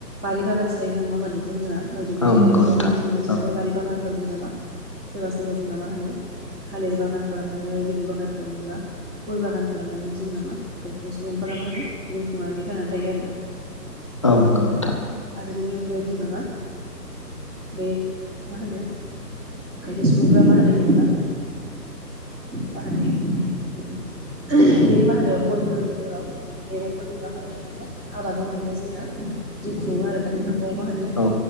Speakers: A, on the right; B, on the left.
A: बारि बागान थायो नङा मा नोंथों जोंना माइ दुब्लि
B: औ
A: थायाबाबो
B: नंगौ नोंथां
A: बेबायदिनो मान
B: औ
A: बेबदि बागानफोराव जोंना मा सोरबा सोरबा जोंना मा होनो? थालिर बागान खालामनानै लेबु बागान खालामबा गय बागान खालामनानैबो जों नामा गोबां सुबुंफोरा मा होनो? जिउ खुंनानै खांनानै थायो आरोना।
B: औ नंगौ नोंथां
A: आरो बेनि अनगायैबो जों नामा बे मा होनो खायसे सुबुंफोरा मा होनो जेनेबा मा होनो बै मा होनो गयफोरनि माबाफोरनि मैगंफोरनि मा खालामनानैनो आबाद मावनानै जोंना जिउ खुङो आरोना बेफोरखौ मा होनो
B: औ